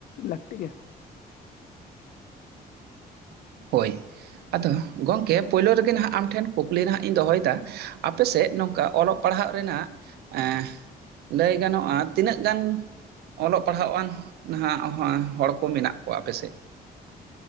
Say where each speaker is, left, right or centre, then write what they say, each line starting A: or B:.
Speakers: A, on the left (about 60°); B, on the right (about 80°).
A: ᱞᱟᱠᱛᱤ ᱜᱮ ᱾
B: ᱦᱳᱭ ᱟᱫᱚ ᱜᱚᱢᱠᱮ ᱯᱳᱭᱞᱳ ᱨᱮᱜᱮ ᱱᱟᱦᱟᱜ ᱟᱢ ᱴᱷᱮᱱ ᱠᱩᱠᱞᱤ ᱱᱟᱦᱟᱸᱜ ᱤᱧ ᱫᱚᱦᱚᱭᱮᱫᱟ ᱾ ᱟᱯᱮ ᱥᱮᱫ ᱱᱚᱝᱠᱟ ᱚᱞᱚᱜ ᱯᱟᱲᱦᱟᱜ ᱨᱮᱱᱟᱜ ᱮᱸ ᱞᱟᱹᱭ ᱜᱟᱱᱚᱜᱼᱟ, ᱛᱤᱱᱟᱹᱜ ᱜᱟᱱ ᱚᱞᱚᱜ ᱯᱟᱲᱦᱟᱣ ᱟᱱ ᱱᱟᱦᱟᱜ ᱦᱚᱲ ᱠᱚ ᱢᱮᱱᱟᱜ ᱠᱚᱣᱟ ᱟᱯᱮᱥᱮᱫ ᱾